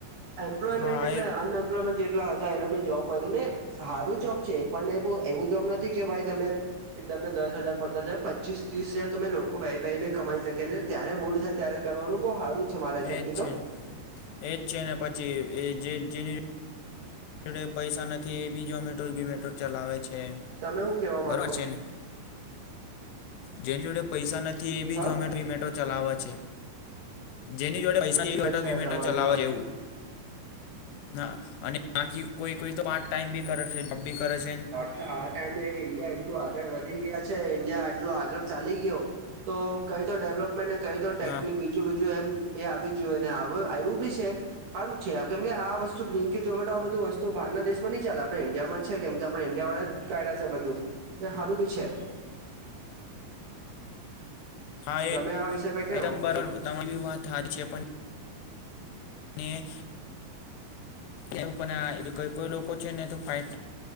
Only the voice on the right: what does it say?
એમ્પ્લોયમેન્ટ
એટ
અન એમ્લોમેન્ટ કેટલા હતા એ લોકોને જોબ મળ્યું ને સારું જોબ છે પણ એવું જોબ નથી કે ભાઈ તમે એ તમને દસ હજાર, પંદર હજાર, પચીસ, ત્રીસ હજાર તમે લોકો બેહી બેહીને કમાઈ શકે ને ત્યારે મૂળ થાય, ત્યારે કરવાનું બહ હારું છે મારા હિસાબથી
તો
તમે શું કેવા
માંગો
હા
તો છે
તમારી
વાત
એટલે આ ટાઈમે ઇન્ડિયા એટલું આગળ વધી ગયા છે ઇન્ડિયા એટલું આગળ ચાલી ગયો તો કઈ તો ડેવલપમેન્ટ કઈ તો ટેકની
બી બીજું બીજું એમ એ આવી જ જોઈએ ને આવ આવ્યું બી છે હારું છે કેમકે આ વસ્તુ બ્લન્કી ઝોમેટો આ બધું વસ્તુ બહારના દેશ ની ચાલે, આપડા ઈન્ડિયા માં છે કેમકે આપડે ઈન્ડિયા વાળા જ કાઢ્યું છે આ બધું ને હારું ભી છે
તમે આ વિષય પર કયો
કઈક